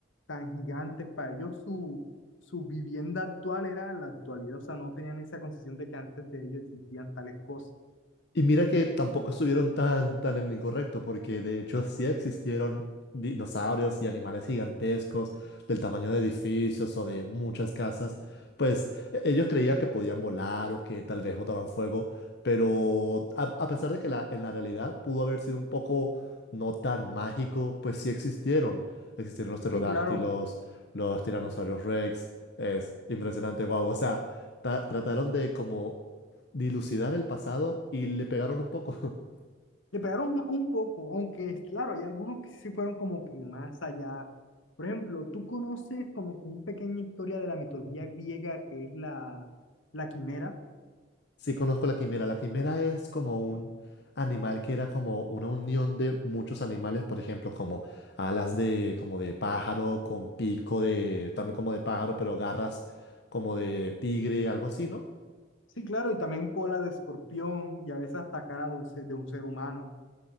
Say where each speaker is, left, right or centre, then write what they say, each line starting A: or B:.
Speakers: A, on the left; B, on the left.
A: tan gigantes. Para ellos su, su vivienda actual era la actualidad, o sea, no tenían esa concepción de que antes de ellos existían tales cosas.
B: Y mira que tampoco estuvieron tan, tan en lo incorrecto, porque de hecho sí existieron dinosaurios y animales gigantescos del tamaño de edificios o de muchas casas. Pues e- ellos creían que podían volar o que tal vez botaban fuego, pero a, a pesar de que la, en la realidad pudo haber sido un poco no tan mágico, pues sí existieron. Existieron los pterodáctilos,
A: Sí, claro,
B: los tiranosaurios Rex. Es impresionante, wow. O sea, ta- trataron de como dilucidar el pasado y le pegaron un poco. <laughs>
A: le pegaron ma- un poco, aunque es claro, hay algunos que sí fueron como que más allá. Por ejemplo, tú conoces como que una pequeña historia de la mitología griega que es la, la quimera.
B: Sí conozco la quimera. La quimera es como un animal que era como una unión de muchos animales, por ejemplo, como alas de como de pájaro con pico de también como de pájaro, pero garras como de tigre, algo así, ¿no?
A: Sí, claro, y también cola de escorpión y a veces hasta cara de un ser, de un ser humano.